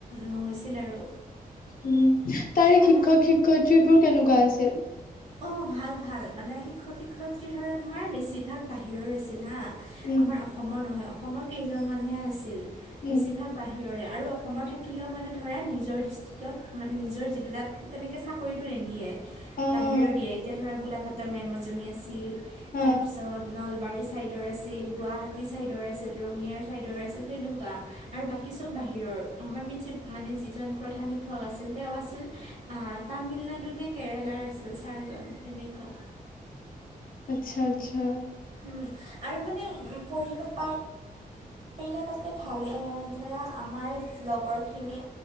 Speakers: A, on the right; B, on the left.
A: নহৈছিল আৰু।
B: উম, তাৰে
A: খানা
B: শিক্ষক- শিক্ষয়িত্ৰীবোৰ কেনেকুৱা আছিল?
A: অ' ভাল ভাল মানে শিক্ষক-শিক্ষয়িত্ৰী ধৰা তোমাৰ বেছিভাগ বাহিৰৰ আছিল হা
B: উম,
A: আমাৰ অসমৰ নহয়, অসমৰ কেইজন মানুহে আছিল
B: উম,
A: বেছিভাগ বাহিৰৰে। আৰু অসমৰ থাকিলেও মানে ধৰা নিজৰ ডিষ্ট্ৰিক্টত মানে নিজৰ জিলাত তেনেকৈ চাকৰিটো নিদিয়ে।
B: অ',
A: বাহিৰৰ দিয়ে এতিয়া ধৰা গোলাঘাটৰ মেম এজনী আছিল, তাৰ
B: অ',
A: পিছত নলবাৰী নাৰী চাইডৰ আছিল, গুৱাহাটী চাইডৰ আছিল, ৰঙিয়াৰ চাইডৰ আছিল তেনুকুৱা আৰু বাকী চব বাহিৰৰ আমাৰ প্ৰিঞ্চিপাল মানে যিজন প্ৰধান শিক্ষক আছিল তেওঁ আছিল আ তামিলনাডু কেৰেলাৰ আছিল ছাৰজন তেনেকুৱা।
B: আচ্ছা-আচ্ছা।
A: উম আৰু মানে উ পঢ়িব পাৰি। পাৰিলে তাতে ভালে ধৰা আমাৰ লগৰখিনি